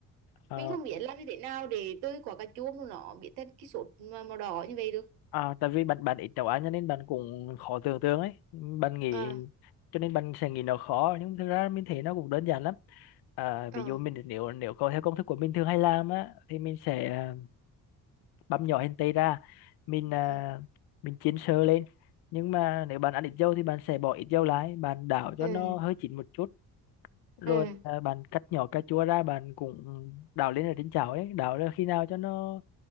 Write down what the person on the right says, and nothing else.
mình không biết làm như thế nào để tơi quả cà chua mà nó biến thành cái sốt mà màu đỏ như vậy được
ờ
ờ
ừ
ừ
ừ